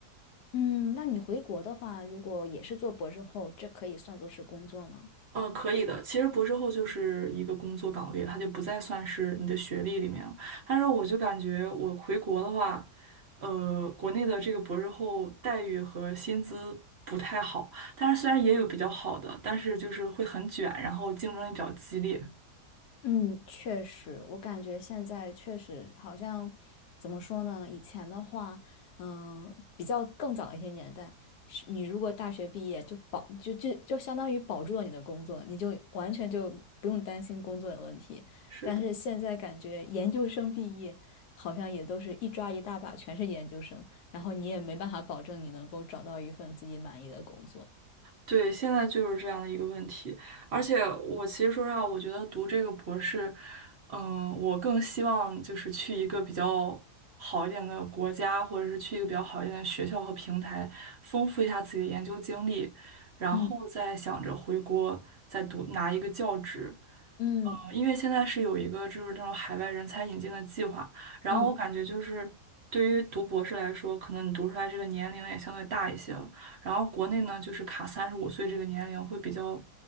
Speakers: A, on the left (about 80°); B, on the right (about 50°).
A: 嗯，那你回国的话，如果也是做博士后，这可以算作是工作吗？
B: 呃，可以的。其实博士后就是一个工作岗位，它就不再算是你的学历里面了。但是我就感觉我回国的话，呃，国内的这个博士后待遇和薪资不太好，但是虽然也有比较好的，但是就是会很卷，然后竞争也比较激烈。
A: 嗯，确实，我感觉现在确实好像怎么说呢？以前的话，嗯、比较更早一些年代，是你如果大学毕业就保就就就相当于保住了你的工作，你就完全就不用担心工作的问题。
B: 是的。
A: 但是现在感觉研究生毕业好像也都是一抓一大把，全是研究生，然后你也没办法保证你能够找到一份自己满意的工作。
B: 对，现在就是这样的一个问题，而且我其实说实话，我觉得读这个博士，嗯，我更希望就是去一个比较好一点的国家，或者是去一个比较好一点的学校和平台，丰富一下自己的研究经历，然后再想着回国再读拿一个教职。
A: 嗯嗯
B: 嗯，因为现在是有一个就是那种海外人才引进的计划，然后我感觉就是对于读博士来说，
A: 嗯。
B: 可能你读出来这个年龄也相对大一些了。然后国内呢，就是卡三十五岁这个年龄会比较，